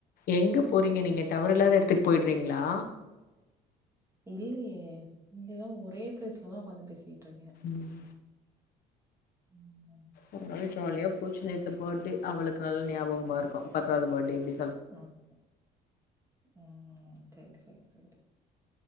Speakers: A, on the left (about 65°); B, on the right (about 15°).
A: எங்க போறீங்க நீங்க டவறு இல்லாத எடதுக் போய்றீங்ளா
B: இல்லையே இங்கதான் ஒரே பிளேஸ்லதான் உக்க்காந்து பேசி தனியா
A: ம்
B: உம்
A: ஆ <inaudible> <unintelligible> பூச்சி நித்து போது அவளுக்கு நல்ல ஞாபகமா இருக்கும் பத்தாவது பர்த்டே எப்படி
B: ஒகே உம் சேரி சேரி சேரி